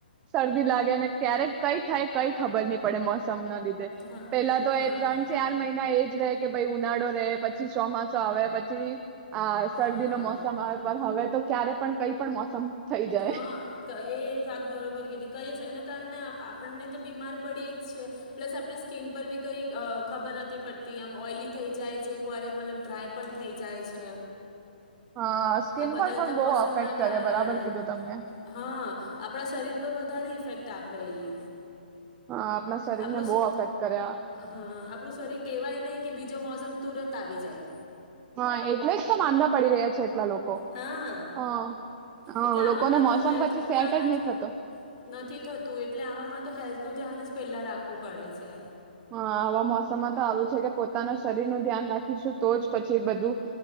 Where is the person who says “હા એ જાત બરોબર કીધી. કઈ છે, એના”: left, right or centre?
Left